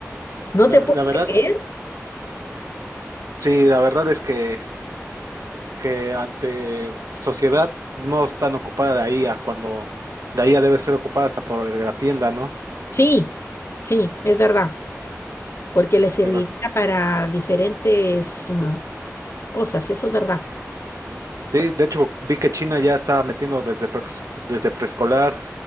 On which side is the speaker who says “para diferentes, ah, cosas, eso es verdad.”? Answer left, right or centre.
Left